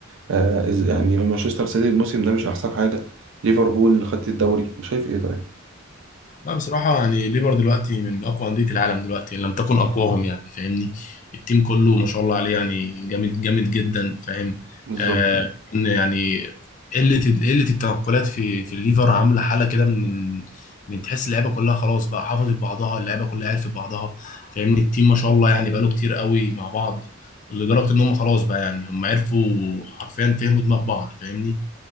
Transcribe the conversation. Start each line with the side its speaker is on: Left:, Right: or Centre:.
Right: آه إز- يعني مانشستر سيتي الموسم ده مش احسن حاجه ليفربول خدت الدوري شايف ايه طيب
Left: لا بصراحة يعني ليفر دلوقتي من أقوى أندية العالم دلوقتي إن لم تكن أقواهم يعني فاهمني التيم كله ما شاء الله عليه يعني جامد جامد جدا فاهم
Right: بالظبط
Left: آه إن يعني قلة قلة التنقلات في في الليفر عاملة حالة كده من من تحس اللعيبة كلها خلاص بقى حافظت بعضها اللعيبة كلها عرفت بعضها فاهمني التيم ما شاء الله يعني بقاله كتير قوي مع بعض لدرجة إن هم خلاص بقى يعني هم عرفوا حرفيا فهموا دماغ بعض فاهمني